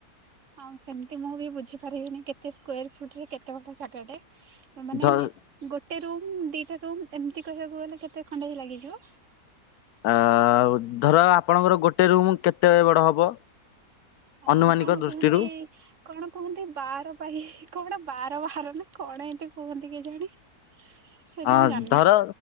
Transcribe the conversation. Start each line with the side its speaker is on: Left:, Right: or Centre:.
Right: ଆଉ ସେମିତି ମୁଁ ବି ବୁଝି ପାରିବିନି କେତେ ସ୍କୋର ଫୁଟ୍ ରେ କେତେ ବଡ ଜାଗାଟେ। ମାନେ
Left: ଝ
Right: ଗୋଟେ ରୁମ୍ ଦିଟା ରୁମ୍ ଏମିତି କହିବାକୁ ଗଲେ କେତେ ଖଣ୍ଡେ ହେଇ ଲାଗିଯିବ?
Left: ଆ ଧର ଆପଣଙ୍କର ଗୋଟେ ରୁମ କେତେ ବଡ ହବ?
Right: ଅ
Left: ଅନୁମାନିକ
Right: କଣ
Left: ଦୃଷ୍ଟିରୁ
Right: କୁହନ୍ତି କଣ? କୁହନ୍ତି ବାର ପାଇଁ କଣ ବାର ବାହାର ନା କଣ ଏମତି କୁହନ୍ତି କେଜାଣି? ସେମିତି
Left: ହଁ
Right: ମୁଁ ଜାଣିନି।
Left: ଧର